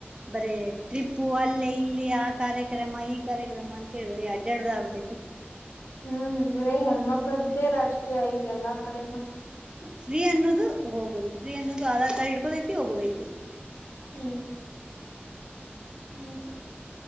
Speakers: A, on the right; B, on the left.
A: ಬರೀ ಟ್ರಿಪ್ಪು ಅಲ್ಲೇ ಇಲ್ಲಿ ಆ ಕಾರ್ಯಕ್ರಮ ಈ ಕಾರ್ಯಕ್ರಮ ಅಂತೇಳಿ ಬರೀ ಅಡ್ಡಾಡ್ದ ಆಗ್ಬಿಟ್ಟೈತಿ
B: ಹ್ಮ್ ಬರೇ ಹೆಣ್ಮಕ್ದ್ದೇ ರಾಜಕೀಯ ಆಯ್ತ ಎಲ್ಲ ಕಡೆ
A: ಫ್ರೀ ಅನ್ನೋದು ಹೋಗೋದು ಫ್ರೀ ಅನ್ನೋದು ಆಧಾರ್ ಕಾರ್ಡ್ ಇಡ್ಕೋದೈಐತಿ ಹೋಗೋದೈತಿ
B: ಹ್ಮ್ ಹ್ಮ್ ಹ್ಮ